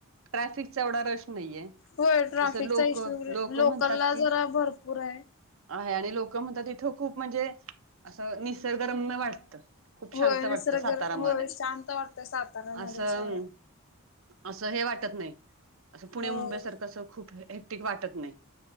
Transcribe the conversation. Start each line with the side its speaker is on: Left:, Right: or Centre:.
Right: ट्रॅफिक चा एवढा रश नाहीये.
Left: होय ट्रॅफिकचा
Right: तसं लोक
Left: इशू
Right: लोक
Left: लोकल
Right: म्हणतात
Left: ला
Right: की
Left: जरा भरपूर आहे.
Right: आहे आणि लोक म्हणतात, तिथं खूप म्हणजे असं निसर्गरम्य वाटत. खूप
Left: होय
Right: शांत वाटतं
Left: निसर्ग
Right: सातारा
Left: होय
Right: मध्ये
Left: शांत वाटतं साताऱ्यामध्ये
Right: असं
Left: सोडं
Right: असं हे वाटत नाही असं पुणे
Left: हो.
Right: मुंबई सारखं असं खूप हे ते वाटत नाही,